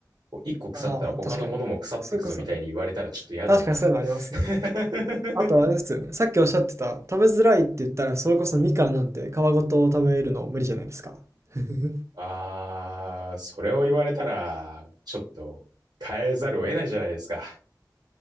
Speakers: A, on the right; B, on the right.
A: こう一個腐ったら他のものも腐ってくぞみたいに言われたらちょっと嫌だな。
B: ああ、確かに。それこそ、確かにそういうのありますね。
A: <laughs>
B: あとあれですよね。さっきおっしゃってた、食べづらいって言ったら、それこそみかんなんて皮ごと食べるの無理じゃないですか。<laughs>
A: あー、それを言われたら、ちょっと変えざるを得ないじゃないですか。